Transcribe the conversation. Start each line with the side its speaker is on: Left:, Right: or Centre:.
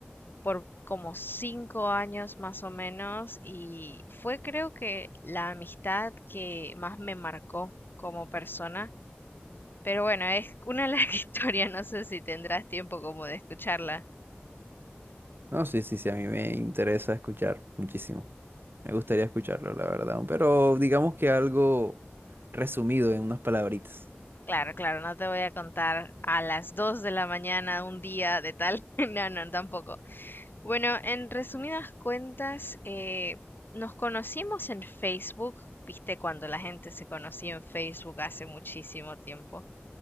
Left: por como 5 años más o menos y fue creo que la amistad que más me marcó como persona pero bueno, es una larga <laughs> historia, no sé si tendrás tiempo como de escucharla.
Right: No, sí, sí, sí, a mí me interesa escuchar muchísimo. Me gustaría escucharlo, la verdad, pero digamos que algo resumido en unas palabritas.
Left: Claro, claro, no te voy a contar a las 2 de la mañana un día de tal. <laughs> No, no, tampoco. Bueno, en resumidas cuentas, eh, nos conocimos en Facebook, viste, cuando la gente se conocía en Facebook hace muchísimo tiempo.